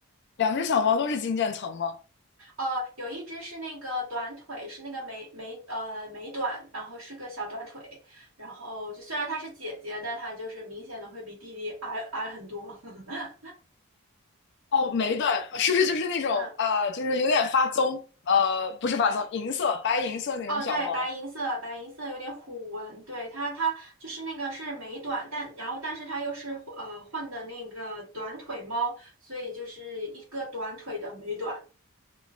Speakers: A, on the left; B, on the right.
A: 两只小猫都是金渐层吗？
B: 呃，有一只是那个短腿，是那个美美呃美短，然后是个小短腿，然后就虽然它是姐姐，但它就是明显的会比弟弟矮矮很多。<laughs>
A: 哦，美短是不是就是那种啊、
B: 嗯
A: 呃就是有点发棕，呃，不是发棕，
B: 嗯。
A: 银色、
B: 呃，
A: 白银色那种小猫？
B: 哦，对，白银色，白银色有点虎纹，对，它它就是那个是美短，但然后但是它又是呃混的那个短腿猫，所以就是一个短腿的美短。